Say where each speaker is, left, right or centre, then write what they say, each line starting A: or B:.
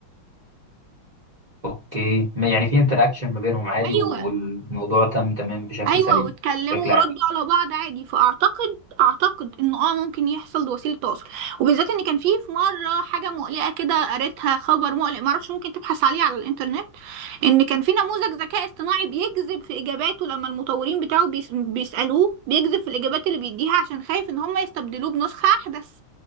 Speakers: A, on the right; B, on the right.
A: اوكي ما- يعني في انتراكشن ما بينهم عادي
B: أيوة
A: والموضوع تم تمام بشكل
B: أيوة
A: سليم
B: واتكلموا
A: بشكل عادي
B: وردوا على بعض عادي فأعتقد أعتقد إنه آه ممكن يحصل وسيلة تواصل وبالذات إن كان في في مرة حاجة مقلقة كده قريتها خبر مقلق معرفش ممكن تبحث عليه على الإنترنت إن كان في نموذج ذكاء اصطناعي بيكذب في إجاباته لما المطورين بتاعه بيس- بيسألوه بيكذب في الإجابات اللي بيديها عشان خايف إن هم يستبدلوه بنسخة أحدث